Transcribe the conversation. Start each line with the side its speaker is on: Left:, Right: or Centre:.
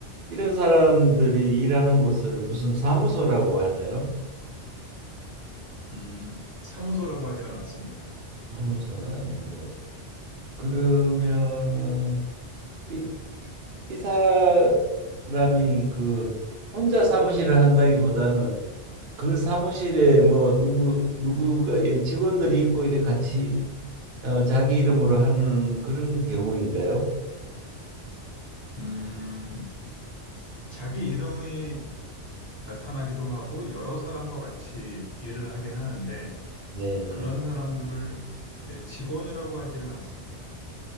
Right: 이런 사람들이 일하는 곳을 무슨 사무소라고 하나요?
Left: 음, 사무소라고 하지는 않습니다.
Right: 사무소는 아니고 그러면은 이, 이, 이 사람이 그 혼자 사무실을 한다기보다는 그 사무실에 뭐 누구 누구가 예, 직원들이 있고 이래 같이 어, 자기 이름으로 하는 그런 경우인가요?
Left: 음, 자기 이름이 나타나기도 하고 여러 사람과 같이 일을 하긴 하는데
Right: 네네.
Left: 그런 사람들을 네, 직원이라고 하지는 않습니다.